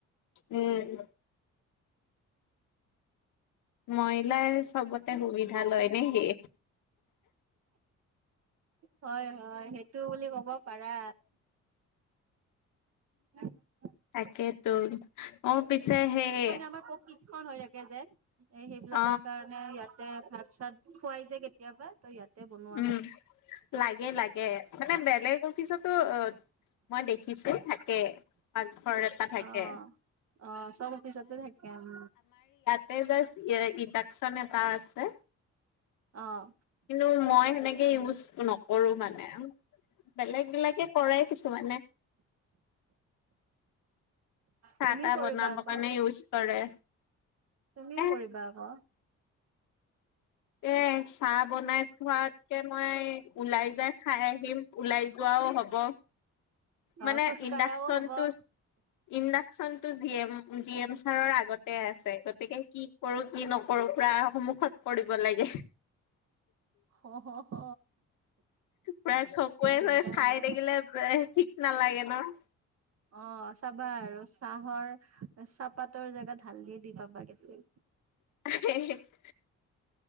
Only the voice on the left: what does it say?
উম। মহিলাই চ'বতে সুবিধা লয় নেকি?
তাকেটো অঁ পিছে সেই
অ
উম
লাগে লাগে মানে বেলেগ অফিছতো অ' মই দেখিছো থাকে, পাকঘৰ এটা থাকে।
সেই যে এ ইডাকচন এটা আছে।
কিন্তু মই সেনেকে ইউজ নকৰো মানে। বেলেগ বিলাকে কৰে কিছুমানে। চাহ
তাহ
বনাব কাৰণে
ইউজ কৰে।
এ
এই চাহ বনাই খোৱাতকে মই ওলাই যাই খাই আহিম। ওলাই যোৱাও হ'ব মানে
ইন্দাকচনটো
ইণ্ডাকচন টো জি এম, জি এম চাৰৰ আগতে আছে গতিকে কি কৰো কি নকৰো পুৰা সন্মুখত কৰিব লাগে।
প্ৰায় চকুুৱে
ৱে চাই
থাকিলে ঠিক নালাগে ন।
উ <unintelligible>